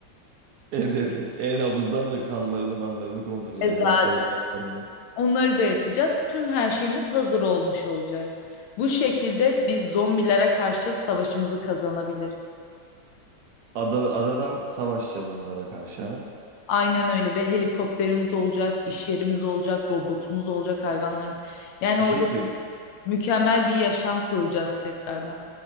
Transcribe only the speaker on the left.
E zaten
onları da yapacağız. Tüm her şeyimiz hazır olmuş olacak. Bu şekilde biz zombilere karşı savaşımızı kazanabiliriz.
Aynen öyle ve helikopterimiz olacak, iş yerimiz olacak, robotumuz olacak, hayvanlarımız. Yani
orada
mükemmel bir yaşam kuracağız tekrardan.